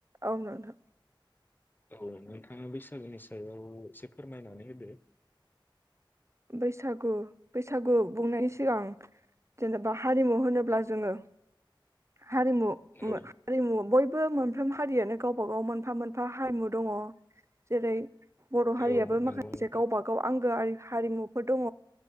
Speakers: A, on the right; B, on the left.
A: औ नोंथां
B: औ नोंथाङा बैसागोनि सायाव इसे फोरमायनानै होदो।
A: बैसागु बैसागु बुंनायनि सिगां जेनेबा हारिमु होनोब्ला जोङो हारिमु
B: औ
A: हारिमु बय बो मोनफ्राम हारियानो गावबा गाव मोनफा मोनफा हारिमु दङ जेरै बर'
B: औ
A: हारियाबो
B: नंगौ
A: माखासे
B: नोंथां
A: गावबा गाव आं गो आरि हारिमुफोर दङ।